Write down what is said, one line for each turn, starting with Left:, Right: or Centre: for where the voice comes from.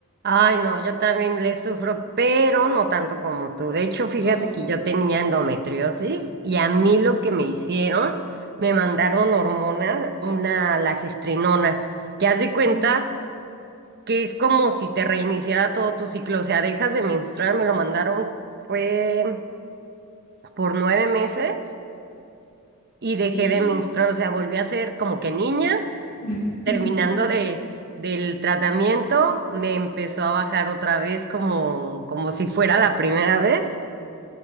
Right: Ay, no, yo también le sufro, pero no tanto como tú. De hecho, fíjate
Left: Mm.
Right: que yo tenía endometriosis y a mí
Left: Mm.
Right: lo que me hicieron, me mandaron hormona, una lagestrinona, que haz de cuenta
Left: Oh,
Right: que es como si te reiniciara todo tu ciclo. O sea, dejas de menstruar, me lo mandaron, fue por nueve meses y dejé
Left: Sí.
Right: de menstruar. O sea, volví a ser como que niña
Left: <laughs>
Right: terminando de, del tratamiento, me empezó a bajar otra vez como, como si fuera la primera vez.